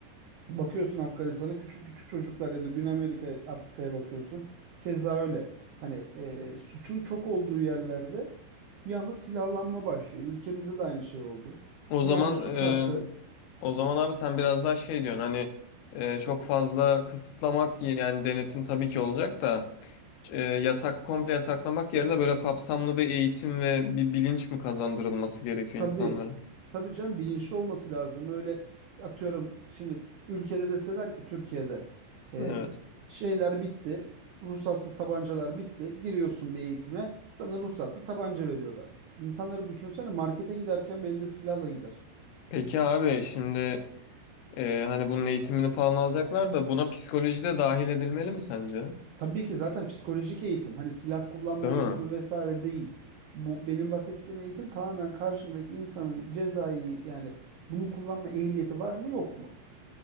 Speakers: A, on the right (about 85°); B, on the left (about 75°).
A: Bakıyorsun Afganistan'a küçük küçük çocuklar ya da Güney Amerika Afrika'ya bakıyorsun. Keza öyle. Hani e, suçun çok olduğu yerlerde bir anda silahlanma başlıyor. Ülkemizde de aynı şey oldu.
B: O zaman
A: Bir anda suç
B: e,
A: arttı.
B: o zaman abi sen biraz daha şey diyorsun hani e, çok fazla kısıtlamak yani denetim tabii ki olacak da e, yasak komple yasaklamak yerine böyle kapsamlı bir eğitim ve bir bilinç mi kazandırılması gerekiyor
A: Tabii.
B: insanlara?
A: Tabii canım bilinçli olması lazım. Öyle atıyorum şimdi ülkede deseler ki Türkiye'de e,
B: Evet.
A: şeyler bitti. Ruhsatsız tabancalar bitti. Giriyorsun bir eğitime. Sana ruhsatlı tabanca veriyorlar. İnsanları düşünsene markete giderken belinde silahla gider.
B: Peki abi şimdi e, hani bunun eğitimini falan alacaklar da buna psikoloji de dahil edilmeli mi sence?
A: Tabii ki zaten psikolojik eğitim hani silah kullanma
B: Değil mi?
A: eğitimi vesaire değil. Bu benim bahsettiğim eğitim tamamen karşımdaki insanın cezai yani bunu kullanma ehliyeti var mı yok mu?